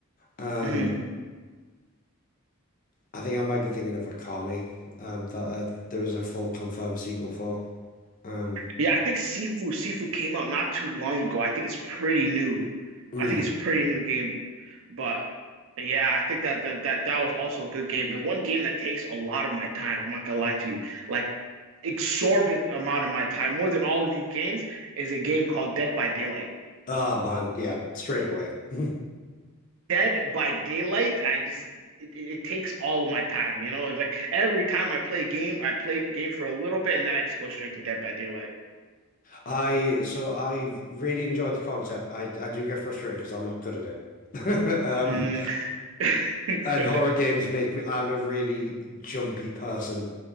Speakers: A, on the left (about 35°); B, on the right (about 65°).
A: Um,
B: Mhm.
A: I think I might be thinking of Akami, um, that uh, there was a full confirmed sequel for. Um,
B: Yeah, I think Sifu Sifu came out not too long ago. I think it's pretty new.
A: mm.
B: I think it's a pretty new game. But But yeah, I think that, that that that was also a good game and one game that takes a lot of my time. I'm not gonna lie to you, like exorbitant amount of my time, more than all of these games, is a game called Dead by Daylight.
A: Oh man, yeah, straight away. <laughs>
B: Dead by Daylight, I just it, it it takes all of my time, you know. And like every time I play a game, I play a game for a little bit and then I just go straight to Dead by Daylight.
A: I so I really enjoyed the concept. I I do get frustrated because I'm not good at it. <laughs> Um,
B: Mm. <laughs>
A: and horror games make me, I'm a really jumpy person.